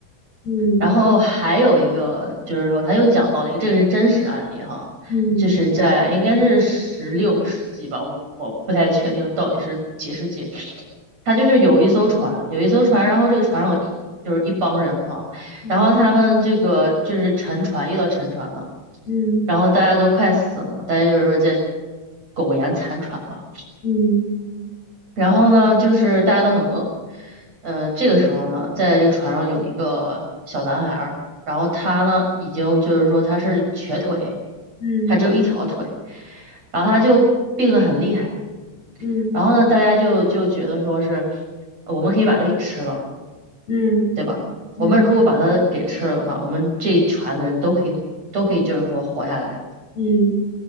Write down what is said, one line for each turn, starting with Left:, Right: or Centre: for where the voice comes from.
Left: 嗯
Right: 然后还有一个就是说，他又讲到了一个，这个是真实案例哈，
Left: 嗯
Right: 就是在应该是十六世纪吧，我我不太确定到底是几世纪。他就是有一艘船，有一艘船，然后这个船上有一就是一帮人哈，
Left: 嗯
Right: 然后他们这个就是沉船，遇到沉船了，
Left: 嗯
Right: 然后大家都快死了嘛，大家就是说在苟延残喘吧。
Left: 嗯
Right: 然后呢，就是大家都很饿，呃，这个时候呢，在这个船上有一个小男孩儿，然后他呢，已经就是说他是瘸腿，
Left: 嗯
Right: 他只有一条腿，然后他就病得很厉害，
Left: 嗯
Right: 然后呢，大家就就觉得说是，呃我们可以把它给吃了，
Left: 嗯
Right: 对吧？
Left: 嗯
Right: 我们如果把它给吃了的话，我们这一船的人都可以都可以就是说活下来。
Left: 嗯，